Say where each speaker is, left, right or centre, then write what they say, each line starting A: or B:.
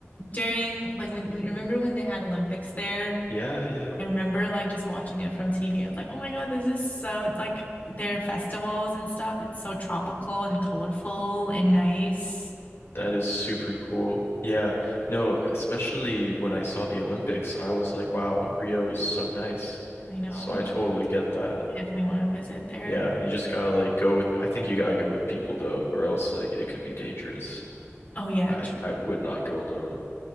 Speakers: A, on the left; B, on the left.
A: during like when when- remember when they had Olympics there?
B: Yeah, yeah.
A: I remember like just watching it from TV. I was like, oh my God, this is so like their festivals and stuff. It's so tropical and colorful and nice.
B: That is super cool. Yeah. No, especially when I saw the Olympics, I was like, wow, Rio is so nice.
A: I know.
B: So I totally get that.
A: I definitely want to visit there.
B: Yeah, you just gotta like go with I think you gotta go with people though, or else like it could be dangerous.
A: Oh yeah,
B: I I would not go alone.